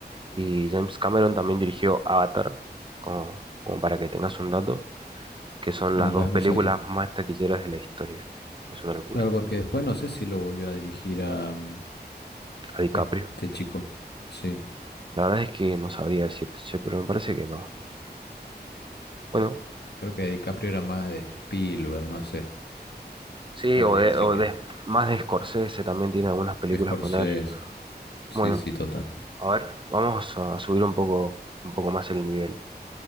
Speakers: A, on the right (about 30°); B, on the left (about 75°).
A: Y James Cameron también dirigió Avatar, como, como para que tengas un dato, que son
B: Mira,
A: las dos
B: no
A: películas
B: sabía.
A: más taquilleras de la historia. Es una locura.
B: Claro, porque después no sé si lo volvió a dirigir a, mm,
A: A DiCaprio.
B: a este chico. Sí,
A: La verdad es que no sabría decirte, che, pero me parece que no. Bueno,
B: creo que DiCaprio era más de Spielberg, no sé.
A: sí,
B: Habría
A: o de,
B: que chequear.
A: o de- más de Scorsese también tiene algunas películas
B: Scorsese,
A: con él.
B: sí,
A: Bueno,
B: sí, total.
A: a ver, vamos a subir un poco, un poco más el nivel.